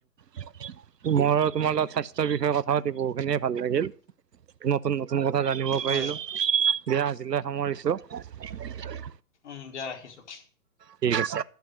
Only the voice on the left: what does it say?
হয়
উম দিয়া ৰাখিছো।